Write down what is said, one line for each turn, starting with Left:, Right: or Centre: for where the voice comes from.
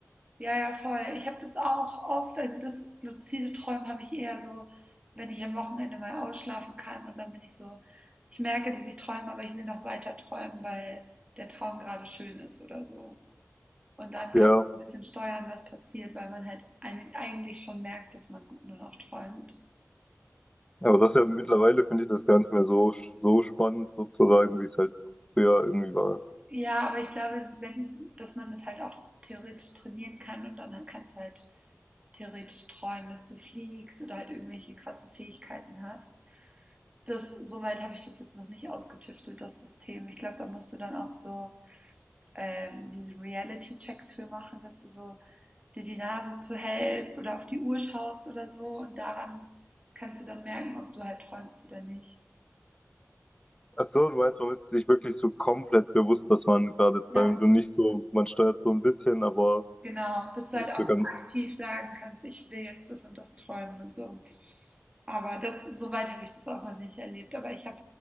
Right: Ja, ja, voll. Ich habe das auch oft, also das luzide Träumen habe ich eher so, wenn ich am Wochenende mal ausschlafen kann und dann bin ich so, ich merke, dass ich träume, aber ich will noch weiter träumen, weil der Traum gerade schön ist oder so. Und dann
Left: Ja,
Right: kann man so ein bisschen steuern, was passiert, weil man halt ein- eigentlich schon merkt, dass man nur noch träumt.
Left: aber das ist ja mittlerweile finde ich das gar nicht mehr so, so spannend sozusagen, wie es halt früher irgendwie war.
Right: Ja, aber ich glaube, wenn, dass man das halt auch theoretisch trainieren kann und dann kannst du halt theoretisch träumen, dass du fliegst oder halt irgendwelche krassen Fähigkeiten hast. das, soweit habe ich das jetzt noch nicht ausgetüftelt, das System. Ich glaube, da musst du dann auch so ähm, diese Reality-Checks für machen, dass du so dir die Nase zuhältst oder auf die Uhr schaust oder so und daran kannst du dann merken, ob du halt träumst oder nicht.
Left: Ach so, du meinst, man ist sich wirklich so komplett bewusst, dass man gerade träumt
Right: Ja,
Left: und nicht so, man steuert so ein bisschen, aber
Right: genau, dass du
Left: nicht
Right: halt auch
Left: so
Right: so
Left: ganz,
Right: aktiv sagen kannst, ich will jetzt das und das träumen und so. Aber das, soweit habe ich das auch noch nicht erlebt. Aber ich habe